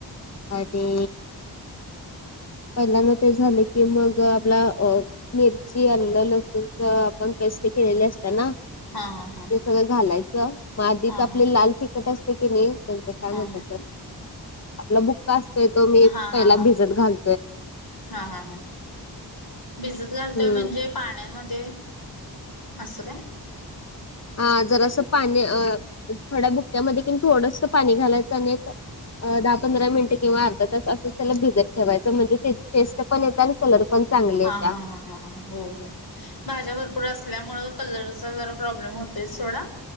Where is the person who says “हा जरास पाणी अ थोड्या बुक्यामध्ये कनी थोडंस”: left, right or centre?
Left